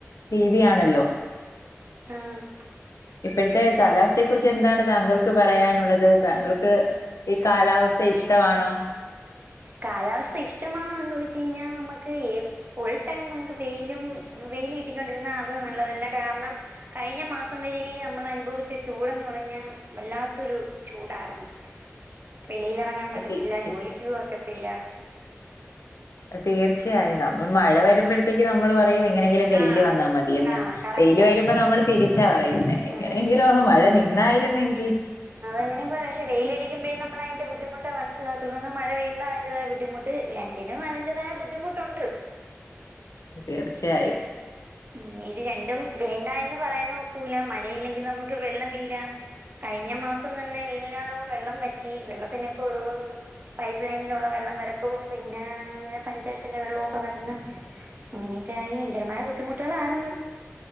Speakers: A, on the left (about 85°); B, on the right (about 40°).
A: രീതി ആണല്ലോ
B: ആഹ്
A: ഇപ്പോഴത്തെ കാലാവസ്ഥയെ കുറിച്ച് എന്താണ് താങ്കൾക്ക് പറയാനുള്ളത് താങ്കൾക്ക് ഈ കാലാവസ്ഥ ഇഷ്ടവാണോ
B: കാലാവസ്ഥ ഇഷ്ടമാണോ എന്ന് ചോയിച്ച് കഴിഞ്ഞാ നമുക്ക് ഏത് ഫുൾ ടൈം നമുക്ക് വെയിലും വെയില് കിട്ടിക്കൊണ്ടിരുന്ന അത് നല്ലതല്ല കാരണം കഴിഞ്ഞ മാസം വരെയും നമ്മള് അനുഭവിച്ച ചൂടന്ന് പറഞ്ഞ വല്ലാത്തൊരു ചൂടായിർന്നു വെളിയിൽ ഇറങ്ങാൻ പറ്റത്തില്ല
A: തീർച്ചയായും
B: ജോലിക്ക് പോകാൻ ഒക്കത്തില്ല
A: തീർച്ചയായും നമ്മള് മഴ വരുമ്പോഴത്തേക്ക് നമ്മള് പറയും എങ്ങനെങ്കിലും വെയില്
B: ആ
A: വന്നാൽ മതിയന്ന്
B: ആ കറക്റ്റാ
A: വെയില് വരുമ്പോ നമ്മള് തിരിച്ചാ പറയുന്നേ എങ്ങനെയെങ്കിലും
B: ആഹ് അത് തന്നെയാ
A: ഒന്ന് മഴ നിന്നായിരുന്നെങ്കി
B: അങ്ങനെയും പറയാം പക്ഷേ വെയിലടിക്കുമ്പഴേ നമ്മളതിന്റെ ബുദ്ധിമുട്ട് മനസിലാവത്തൊള്ളു അന്നാൽ മഴ പെയ്യുമ്പോ അതിന്റെതായ ബുദ്ധിമു ത്ത് രണ്ടിനും അതിന്റേതായ ബുദ്ധിമുട്ടുണ്ട്
A: തീർച്ചയായും
B: ഉം ഇത് രണ്ടും വേണ്ട എന്ന് പറയാനും ഒക്കൂല മഴയില്ലെങ്കിൽ നമ്മുക്ക് വെള്ളമില്ല കഴിഞ്ഞ മാസം തന്നെ എല്ലാടവും വെള്ളം പറ്റി വെള്ളത്തിനൊക്കെ ഓരോരന്ന് പൈപ്പ് ലൈനിലുള്ള വെള്ളം വരക്കവും പിന്നെ അങ്ങനെ പഞ്ചായത്തിന്റെ വെള്ളവും ഒക്കെ വരന്ന് അങ്ങനെയൊക്കെ ആയി ഭയങ്കരമായ ബുദ്ധിമുട്ടുകൾ ആർന്ന്